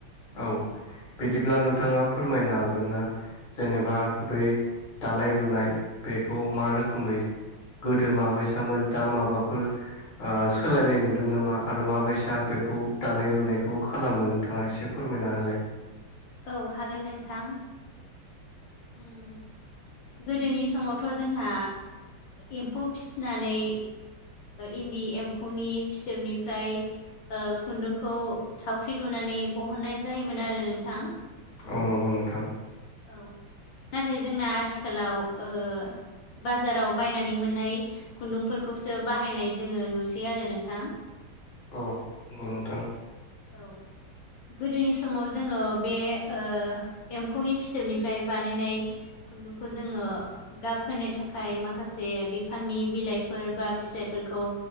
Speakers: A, on the left; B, on the left.
A: औ बिदिब्ला
B: औ
A: नोंथाङा फोरमायनो हागोना? जेनेबा बै दानाय लुनाय बेखौ मा रोखोमै गोदो माबायसामोन दा माबाफोर सोलायनाय नुदों नामा आरो माबायसा बेखौ दानाय लुनायखौ खालामो नोंथाङा एसे फोरमायना होलाय।
B: औ हागोन नोंथां। होम। गोदोनि समावथ' जोंहा एम्फौ फिसिनानै इन्दि एम्फौनि फिथोबनिफ्राय खुन्दुंखौ थावख्रि लुनानै बहननाय जायोमोन आरो नोंथां।
A: औ नंगौ नोंथां।
B: औ नाथाय जोंना आथिखालाव ओ बाजाराव बायनानै मोननाय खुन्दुंफोरखौसो बाहायनाय जोङो नुसै आरो नोंथां।
A: औ नंगौ नोंथां
B: औ गोदोनि समाव जोङो बे ओ एम्फौनि फिथोबनिफ्राय बानायनाय खुन्दुंखौ जोङो गाब होनो थाखाय माखासे बिफांनि बिलाइफोर बा फिथाइफोरखौ